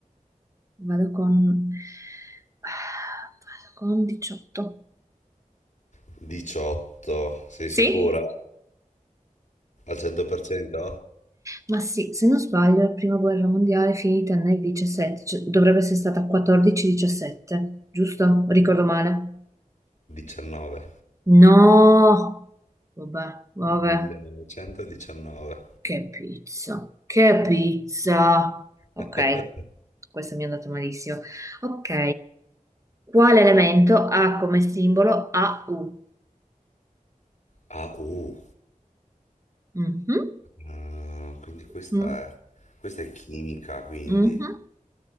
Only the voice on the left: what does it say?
18, sei
sicura? Al 100%?
19,
1919.
<laughs>
Ah, uh,
ah, quindi questa
è, questa è chimica, quindi.